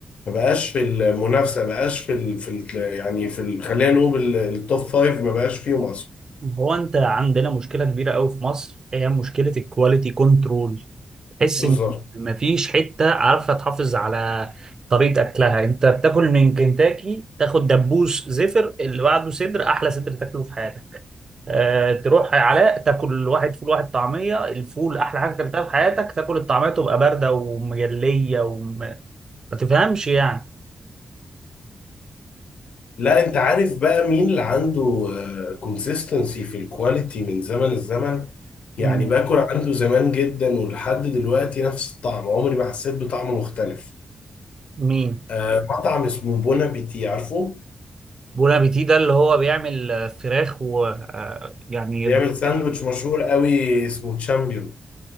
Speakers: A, on the left (about 75°); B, on the right (about 35°).
A: بقاش في المنافسه ما بقاش في ال... في ال... يعني في ال... خلينا نقول ال- التوب فايف ما بقاش فيهم اصلا
B: هو انت عندنا مشكله كبيره قوي في مصر هي مشكله الكواليتي كنترول تحس
A: بالظبط
B: ان مفيش حته عارفه تحافظ على طريقه اكلها انت بتاكل من كنتاكي تاخد دبوس زفر اللي بعده صدر احلى صدر تاكله في حياتك آه، تروح يا علاء تاكل واحد فول واحد طعمية الفول أحلى حاجة أكلتها في حياتك تاكل الطعمية تبقى باردة ومجلية وما تفهمش يعني
A: لا انت عارف بقى مين اللي عنده كونسيستنسي في الكواليتي من زمن الزمن
B: مين
A: يعني باكل عنده زمان جدا ولحد دلوقتي نفس الطعم عمري ما حسيت بطعم مختلف
B: مين
A: آه مطعم اسمه بونا بيتي عارفه
B: بون ابيتي ده اللي هو بيعمل آه، فراخ و آه، يعني
A: بيعمل ساندوتش مشهور قوي اسمه تشامبيون